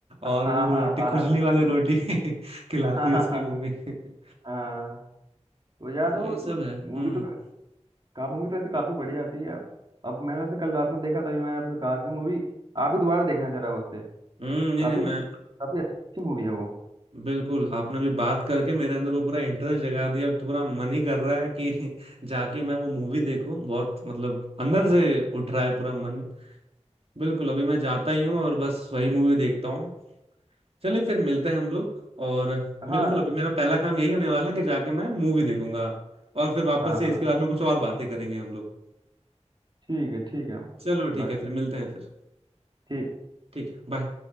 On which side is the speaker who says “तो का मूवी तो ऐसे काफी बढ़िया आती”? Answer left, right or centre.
Right